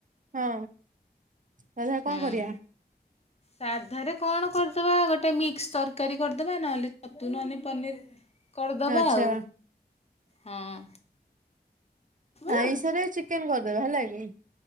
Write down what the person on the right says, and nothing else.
ହଁ ସାଧା କଣ
କରିବା।
ଆଚ୍ଛା
ଆଇଁସ ରେ ଚିକେନ କରିଦେବା ହେଲା କି।